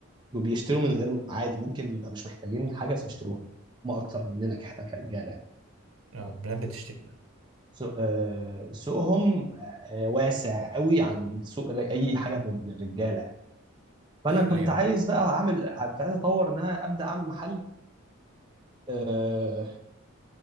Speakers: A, on the right; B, on the right.
A: وبيشتروا من غير عادي ممكن يبقى مش محتاجين حاجه بس بيشتروها ما اكتر مننا ك- احنا كرجاله يعني.
B: اه بنات بتشتري فعلا
A: سوق آه، سوقهم آه، آه، واسع قوي عن سوق اي حاجه في الرجاله يعني. فانا كنت
B: ايوه
A: عايز بقى اعمل كنت عايز اطور ان انا ابدا اعمل محل آه،